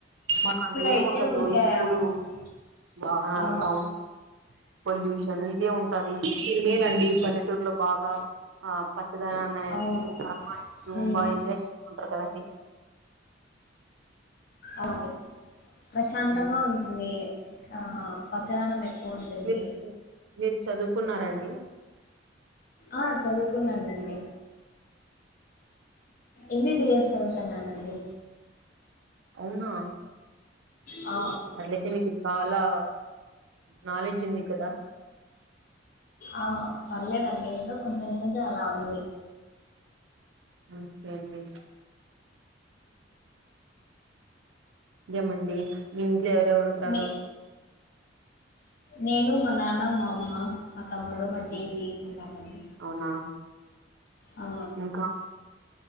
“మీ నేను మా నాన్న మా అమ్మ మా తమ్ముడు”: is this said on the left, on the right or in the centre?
Left